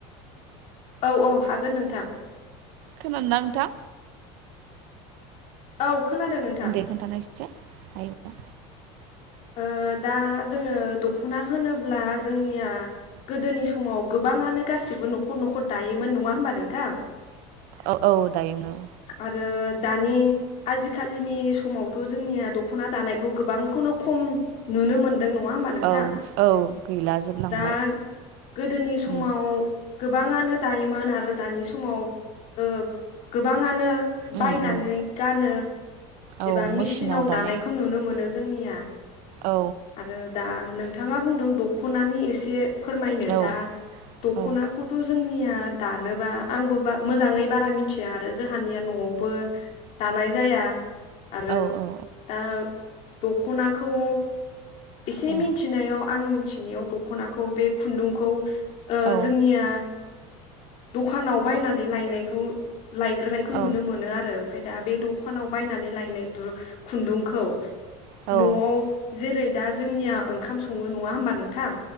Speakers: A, on the left (about 45°); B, on the right (about 60°).
A: औ औ हागोन नोंथां।
B: खोनादोंना नोंथांङा?
A: औ खोनादों नोंथां
B: दे खोन्थानायसाय हायो <inaudible>
A: ओ दा जोङो दख'ना होनोब्ला जोंनिया गोदोनि समाव गोबाङानो गासैबो न'खर न'खर दायोमोन। नङा होमबा नोंथां?
B: औ औ दायोमोन।
A: आरो दानि आजिखालिनि समावथ' जोंनिया दख'ना दानायखौ गोबांखौनो खम नुनो मोन दों। नङा होमबा नोंथां?
B: औ औ गैला जोबलांबाय
A: दा गोदोनि समाव
B: उम
A: गो बाङानो दायोमोन आरो दानि समाव ओ गोबाङानो बायनानै
B: उम उम
A: गानो
B: औ
A: एबा मेचिनाव
B: दानाय
A: दानायखौ नुनो मोनो। जोंनिया
B: औ
A: आरो दा नों थाङा बुंदों दख'नानि एसे फोरमायनो
B: औ
A: दा दखनाखौथ
B: औ
A: जोंनिया दानोबा आंबो बा मोजाङै बारा मिथिया आरो जोंहानिया न'आवबो दानाय जाया। आरो
B: औ औ
A: दा दखनाखौ एसे
B: उम
A: मिनथिनायाव आं मिथिनायाव दखनाखौ बे खुन्दुंखौ ओ
B: औ
A: जोंनिया दखानाव बायनानै लायनायखौ लायग्रोनायखौ
B: औ
A: नुनो मोनो आरो ओमफ्राय दा बे दखानाव बायनानै लायनाय दु खुन्दुंखौ
B: औ
A: न'आव जेरै दा जोंनिया ओंखाम सङो। नङा होमबा नोंथां?